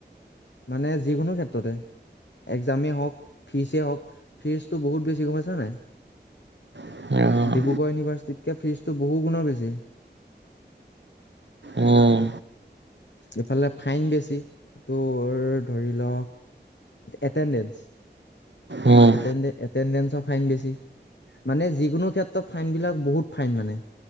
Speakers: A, on the left (about 75°); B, on the right (about 75°).
A: মানে যিকোনো ক্ষেত্ৰতে এক্জামেই হওঁক, ফিজেই হওঁক, ফিজটো বহুত বেছি গম পাইছা নাই,
B: অ',
A: ডিব্ৰুগড় ইউনিভাৰ্চিটিতকে ফিজটো বহু গুণৰ বেছি।
B: উম,
A: ইফালে ফাইন বেছি, তোৰ ধৰি ল এটেনডেছ,
B: উম,
A: এটেডেঞ্চৰ ফাইন বেছি মানে যিকোনো ক্ষেত্ৰত ফাইনবিলাক বহুত ফাইন মানে